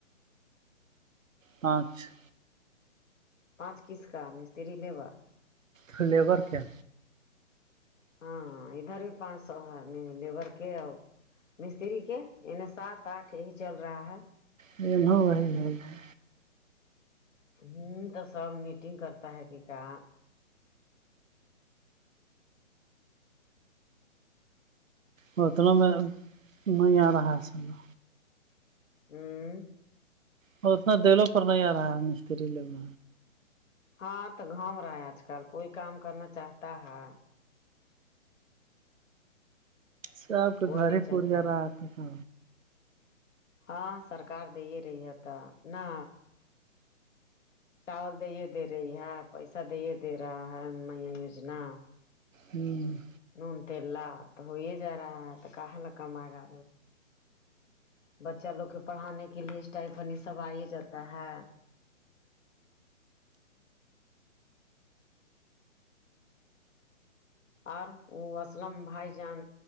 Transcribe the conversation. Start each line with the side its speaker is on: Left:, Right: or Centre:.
Right: پانچ
Left: پانچ کس کا مستری لیبر
Right: فلیور کیا
Left: ہاں ادھر بھی پانچ سو ہے لیبر کے آؤ مستری کے انہ سات آٹھ یہی چل رہا ہے
Right: یہ بھاؤ وہی ہو <unintelligible>
Left: ہم تو سب میٹنگ کرتا ہے کہ کا
Right: اتنا میں نہیں آرہا ہے سے توہ
Left: ہ
Right: اور اتنا دلوں پر نہیں آ رہا ہے مستری لوگ
Left: ہاں تو گھوم رہا ہے آج کل کوئی کام کرنا چاہتا ہے
Right: سب کے
Left: کوئی
Right: گھر
Left: نہیں
Right: ہی
Left: چاہتا
Right: پورجا
Left: ہے
Right: رہا تھا
Left: ہاں سرکار دے رہی ہے تو نا چاول دے دے رہی ہے پیسہ دے دے رہا ہے نیا یوجنا
Right: ہوں
Left: نون تیللا تو ہو ہی جا رہا ہے تو کہاں نہ کمائے گا بچہ لوگ کے پڑانے کے لیے اسٹائپن یہ سب آ جاتا ہے اور وہ اسلم بھائی جان